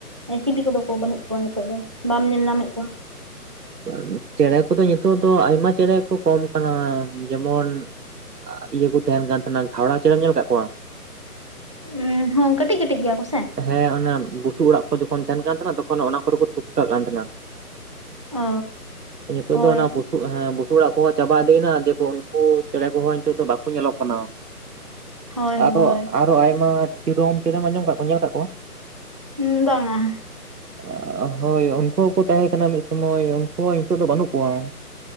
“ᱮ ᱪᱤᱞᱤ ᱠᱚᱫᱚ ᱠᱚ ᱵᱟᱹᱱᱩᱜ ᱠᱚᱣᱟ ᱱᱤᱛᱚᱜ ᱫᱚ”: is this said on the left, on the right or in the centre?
Right